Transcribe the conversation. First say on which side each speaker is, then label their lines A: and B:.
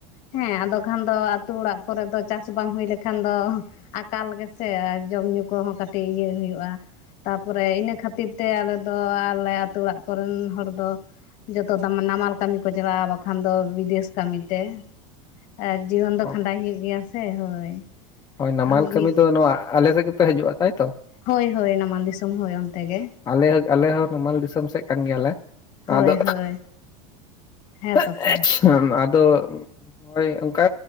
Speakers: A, on the left; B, on the left.
A: ᱦᱮᱸ ᱟᱫᱚ ᱠᱷᱟᱱ ᱫᱚ ᱟᱛᱳ ᱚᱲᱟᱜ ᱠᱚᱨᱮ ᱫᱚ ᱪᱟᱥ ᱵᱟᱝ ᱦᱩᱭ ᱞᱮᱠᱷᱟᱱ ᱫᱚ ᱟᱠᱟᱞ ᱜᱮᱥᱮ ᱡᱚᱢ ᱧᱩ ᱠᱚᱦᱚᱸ ᱠᱟᱹᱴᱤᱡ ᱤᱭᱟᱹ ᱦᱩᱭᱩᱜᱼᱟ ᱛᱟᱨᱯᱚᱨᱮ ᱤᱱᱟᱹ ᱠᱷᱟᱹᱛᱤᱨ ᱛᱮ ᱟᱞᱮ ᱫᱚ ᱟᱞᱮ ᱟᱹᱛᱩ ᱚᱲᱟᱜ ᱠᱚᱨᱮᱱ ᱦᱚᱲ ᱫᱚ ᱡᱚᱛᱚ ᱫᱟᱢ ᱱᱟᱢᱟᱞ ᱠᱟᱹᱢᱤ ᱠᱚ ᱪᱟᱞᱟᱜᱼᱟ ᱵᱟᱠᱷᱟᱱ ᱫᱚ ᱵᱤᱫᱮᱥ ᱠᱟᱹᱢᱤ ᱛᱮ ᱟᱨ ᱡᱤᱭᱚᱱ ᱫᱚ
B: ᱚ
A: ᱠᱷᱟᱸᱰᱟᱣ ᱦᱩᱭᱩᱜ ᱜᱮᱭᱟ ᱥᱮ ᱦᱳᱭ
B: ᱦᱳᱭ ᱱᱟᱢᱟᱞ
A: ᱟᱨ ᱢᱤᱫ
B: ᱠᱟᱹᱢᱤ ᱫᱚ ᱱᱚᱣᱟ ᱟᱞᱮ ᱥᱮᱫ ᱜᱮᱯᱮ ᱦᱤᱡᱩᱜᱼᱟ ᱛᱟᱭᱛᱚ
A: ᱦᱳᱭ ᱦᱳᱭ ᱱᱟᱢᱟᱞ ᱫᱤᱥᱚᱢ ᱦᱳᱭ ᱚᱱᱛᱮ ᱜᱮ
B: ᱟᱞᱮ ᱟᱞᱮ ᱦᱚᱸ ᱱᱟᱢᱟᱞ ᱫᱤᱥᱚᱢ ᱥᱮᱫ ᱠᱟᱱ ᱜᱮᱭᱟᱞᱮ
A: ᱦᱳᱭ
B: ᱟᱫᱚ
A: ᱦᱳᱭ ᱦᱮᱸ
B: <unintelligible>
A: ᱛᱚ ᱥᱮ
B: ᱟᱫᱚ ᱦᱳᱭ ᱚᱱᱠᱟ